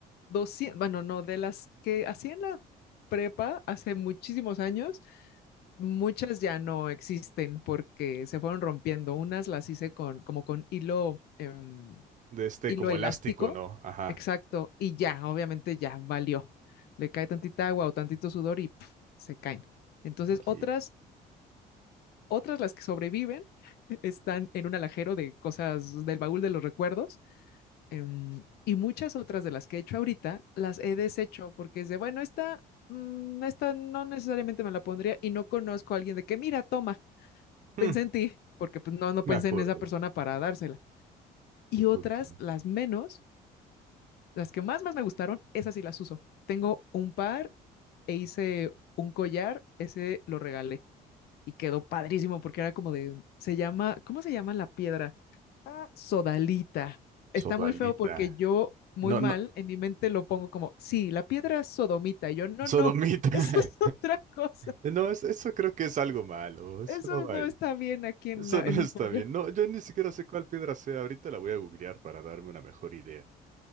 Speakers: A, on the left; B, on the right.
A: 200, bueno, no, de las que hacía en la prepa hace muchísimos años, muchas ya no existen porque se fueron rompiendo. Unas las hice con, como con hilo, em,
B: De este
A: hilo
B: como
A: elástico,
B: elástico, ¿no? Ajá.
A: exacto, y ya, obviamente ya valió. Le cae tantita agua o tantito sudor y pf, se caen. Entonces,
B: Ok.
A: otras, otras las que sobreviven <laughs> están en un alajero de cosas del baúl de los recuerdos. em, y muchas otras de las que he hecho ahorita las he deshecho porque es de, bueno, esta, mm, esta no necesariamente me la pondría y no conozco a alguien de que, mira, toma,
B: Hmm,
A: pensé en ti, porque pues no, no
B: me
A: pensé
B: acuerdo.
A: en esa persona para dársela. Y otras,
B: Ok.
A: las menos, Las que más, más me gustaron, esas sí las uso. Tengo un par e hice un collar, ese lo regalé y quedó padrísimo porque era como de, se llama, ¿cómo se llama la piedra? Ah, sodalita. Está
B: Sodalita.
A: muy feo porque yo, muy
B: No,
A: mal,
B: no,
A: en mi mente lo pongo como, sí, la piedra sodomita. Y yo, no,
B: sodomita.
A: no, eso
B: <laughs>
A: es <laughs> otra cosa.
B: No, es- eso creo que es algo malo, eso
A: Eso
B: no va
A: no
B: ahí.
A: está bien aquí en,
B: Eso
A: una-
B: no
A: en un
B: está
A: collar.
B: bien. No, yo ni siquiera sé cuál piedra sea. Ahorita la voy a googlear para darme una mejor idea.